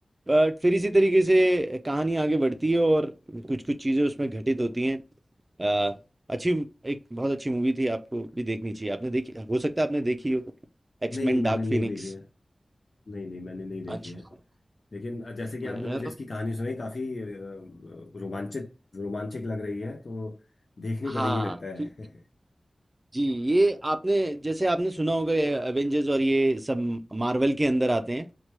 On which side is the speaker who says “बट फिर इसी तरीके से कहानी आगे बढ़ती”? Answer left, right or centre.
Right